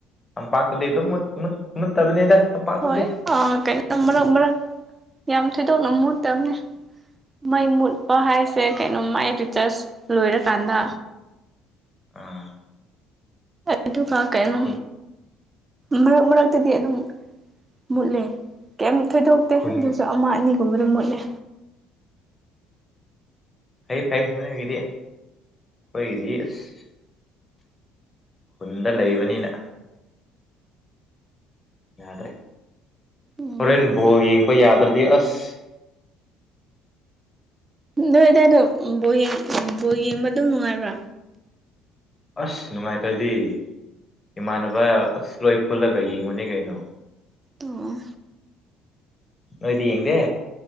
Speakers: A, on the left (about 25°); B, on the right (about 25°).
A: ꯇꯝꯄꯥꯛꯇꯗꯤ ꯑꯗꯨꯣ ꯃꯨꯠꯇꯕꯅꯤꯗ ꯇꯝꯄꯥꯛꯇꯗꯤ
B: ꯍꯣꯏ ꯑ ꯀꯩꯅꯣ ꯃꯔꯛ ꯃꯔꯛ ꯌꯥꯝ ꯊꯣꯏꯗꯣꯛꯅ ꯃꯨꯠꯇꯕꯅꯦ ꯃꯩ ꯃꯨꯠꯄ ꯍꯥꯏꯁꯦ ꯀꯩꯅꯣ ꯃꯥꯏ ꯔꯤꯇꯔꯁ ꯂꯣꯏꯔꯀꯥꯟꯗ
A: ꯑꯥ
B: ꯑꯗꯨ ꯑꯗꯨ ꯀꯥ ꯀꯥꯏꯅꯨ
A: ꯈꯨꯟ
B: ꯃꯔꯛ ꯃꯔꯛꯇꯗꯤ ꯑꯗꯨꯝ ꯃꯨꯠꯂꯦ ꯀꯩꯝ ꯊꯣꯏꯗꯣꯛꯇꯦ
A: ꯈꯨꯟ
B: ꯑꯗꯨꯁꯨ ꯑꯃ ꯑꯅꯤꯒꯨꯝꯕꯗ ꯃꯨꯠꯂꯦ
A: ꯐꯩ ꯐꯩ ꯃꯅꯨꯡꯒꯤꯗꯤ ꯑꯩꯈꯣꯏꯒꯤꯗꯤ ꯑꯁ ꯈꯨꯟꯗ ꯂꯩꯕꯅꯤꯅ ꯌꯥꯗ꯭ꯔꯦ
B: ꯎꯝ
A: ꯍꯣꯔꯦꯟ ꯕꯣꯜ ꯌꯦꯡꯕ ꯌꯥꯗ꯭ꯔꯗꯤ ꯑꯁ
B: ꯅꯣꯏ ꯑꯗꯥꯏꯗꯣ ꯕꯣꯌꯦꯡ ꯕꯣꯌꯦꯡꯕ ꯑꯗꯨꯝ ꯅꯨꯡꯉꯥꯏꯕ꯭ꯔꯥ
A: ꯑꯁ ꯅꯨꯡꯉꯥꯏꯇ꯭ꯔꯗꯤ ꯏꯃꯥꯟꯅꯕ ꯑꯁ ꯂꯣꯏ ꯄꯨꯜꯂꯒ ꯌꯦꯡꯕꯅꯤ ꯀꯩꯅꯣ
B: ꯑꯣ
A: ꯅꯣꯏꯗꯤ ꯌꯦꯡꯗꯦ